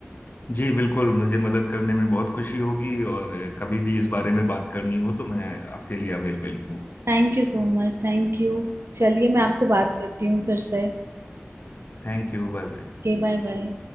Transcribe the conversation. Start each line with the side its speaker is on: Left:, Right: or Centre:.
Left: जी बिल्कुल मुझे मदद करने में बहुत खुशी होगी और कभी भी इस बारे में बात करनी हो तो मैं आपके लिए अवेलेबल हूँ
Right: Thank you so much thank you चलिए मैं आपसे बात करती हूँ फिर से
Left: Thank you bye bye
Right: Okay bye bye